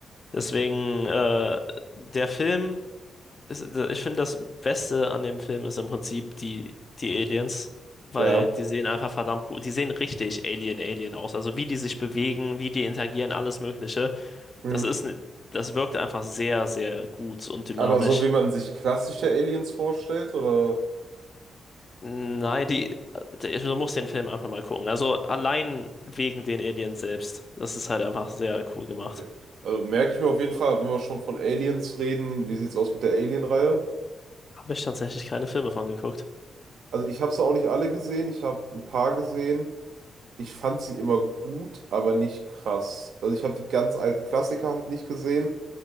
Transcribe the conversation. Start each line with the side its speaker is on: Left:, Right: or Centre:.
Left: Deswegen, äh, der Film, ist, ich finde, das Beste an dem Film ist im Prinzip die, die Aliens, weil
Right: Ja.
Left: die sehen einfach verdammt cool, die sehen richtig Alien, Alien aus. Also wie die sich bewegen, wie die interagieren, alles Mögliche.
Right: Hm.
Left: Das ist, ne- das wirkt einfach sehr, sehr gut und dynamisch.
Right: Aber so wie man sich klassische Aliens vorstellt, oder?
Left: Nein, die, die, du musst den Film einfach mal gucken. Also allein wegen den Aliens selbst. Das ist halt einfach sehr cool gemacht.
Right: Okay. Also merke ich mir auf jeden Fall,
Left: Mhm.
Right: wenn wir schon von Aliens reden, wie sieht's aus mit der Alien-Reihe?
Left: Habe ich tatsächlich keine Filme von geguckt.
Right: Also ich habe sie auch nicht alle gesehen, ich habe ein paar gesehen. Ich fand sie immer gut, aber nicht krass. Also ich habe die ganz alten Klassiker halt nicht gesehen.